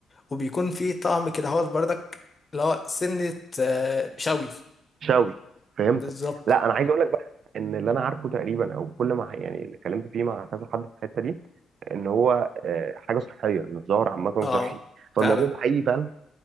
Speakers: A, on the left; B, on the right.
A: وبيكون فيه طعم كده هو بردك اللي هو سنة آه، شوي
B: شوي فهمتك
A: بالظبط
B: لا انا عايز اقول لك بقى ان اللي انا عارفه تقريبا او كل ما ح- يعني اللي اتكلمت فيه مع كذا حد في الحته دي ان هو آه، حاجه صحيه ان الظاهر عامه
A: اه
B: صحي فالموضوع
A: فعلا
B: ده حقيقي فعلا